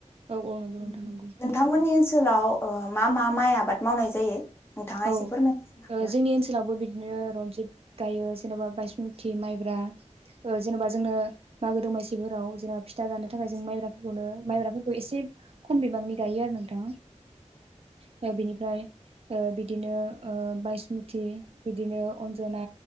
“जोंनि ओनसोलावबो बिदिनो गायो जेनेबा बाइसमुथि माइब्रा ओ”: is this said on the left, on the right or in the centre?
Right